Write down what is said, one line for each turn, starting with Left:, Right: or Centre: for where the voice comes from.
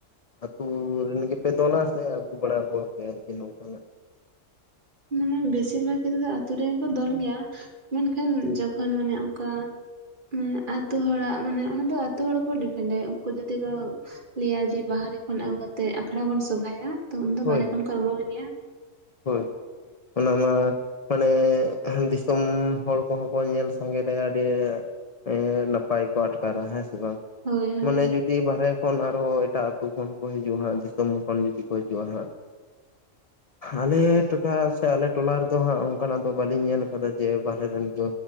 Left: ᱟᱹᱛᱩ ᱨᱮᱱ ᱜᱮᱯᱮ ᱫᱚᱞᱟ ᱥᱮ ᱟᱹᱜᱩ ᱵᱟᱲᱟ ᱠᱚᱣᱟᱯᱮ ᱟᱨᱠᱤ ᱱᱚᱝᱠᱟᱱᱟᱜ᱾
Right: ᱢᱟᱱᱮ ᱵᱮᱥᱤᱨ ᱵᱷᱟᱜᱽ ᱠᱷᱮᱛᱨᱮ ᱫᱚ ᱟᱛᱩ ᱨᱮᱜᱮᱠᱚ ᱫᱚᱱ ᱜᱮᱭᱟ ᱢᱮᱱᱠᱷᱟᱱ ᱡᱚᱠᱷᱚᱱ ᱢᱟᱱᱮ ᱚᱝᱠᱟ ᱢᱟᱱᱮ ᱟᱛᱳ ᱦᱚᱲᱟᱜ ᱢᱟᱱᱮ ᱚᱱᱟ ᱫᱚ ᱟᱛᱳ ᱦᱚᱲ ᱚᱯᱚᱨ ᱰᱤᱯᱮᱱᱰᱟᱭ ᱩᱱᱠᱩ ᱡᱩᱫᱤ ᱠᱚ ᱞᱟᱹᱭᱟ ᱡᱮ ᱵᱟᱦᱨᱮ ᱠᱷᱚᱱ ᱟᱹᱜᱩ ᱠᱟᱛᱮᱜ ᱟᱠᱷᱲᱟ ᱵᱚᱱ ᱥᱚᱵᱷᱟᱭᱟ ᱛᱚ ᱩᱱᱫᱚ
Left: ᱦᱳᱭ
Right: ᱵᱟᱦᱨᱮ ᱠᱷᱚᱱ ᱠᱚ ᱟᱹᱜᱩ ᱠᱚᱜᱮᱭᱟ᱾
Left: ᱦᱳᱭ ᱚᱱᱟ ᱢᱟ ᱢᱟᱱᱮ ᱫᱤᱥᱚᱢ ᱦᱚᱲ ᱠᱚᱦᱚᱸ ᱠᱚ ᱧᱮᱞ ᱥᱟᱸᱜᱮᱩᱟ ᱟᱹᱰᱤ ᱮᱸ ᱱᱟᱯᱟᱭ ᱠᱚ ᱟᱴᱠᱟᱨᱟ ᱦᱮᱸ ᱥᱮ ᱵᱟᱝ᱾
Right: ᱦᱳᱭ ᱦᱳᱭ
Left: ᱢᱟᱱᱮ ᱡᱩᱫᱤ ᱵᱟᱨᱦᱮ ᱠᱷᱚᱱ ᱟᱨᱦᱚᱸ ᱮᱴᱟᱜ ᱟᱹᱛᱩ ᱠᱷᱚᱱ ᱠᱚ ᱦᱤᱡᱩᱜᱼᱟ ᱦᱟᱸᱜ ᱫᱤᱥᱚᱢ ᱠᱷᱚᱱ ᱡᱩᱫᱤ ᱠᱚ ᱦᱤᱡᱩᱜ-ᱟ ᱦᱟᱸᱜ᱾ ᱟᱞᱮ ᱴᱚᱴᱷᱟ ᱥᱮ ᱟᱞᱮ ᱴᱚᱞᱟ ᱨᱮᱫᱚ ᱦᱟᱸᱜ ᱚᱝᱠᱟᱱᱟᱜ ᱫᱚ ᱵᱟᱞᱤᱧ ᱧᱮᱞ ᱠᱟᱫᱟ ᱡᱮ ᱵᱟᱨᱦᱮ ᱨᱮᱱ ᱡᱮ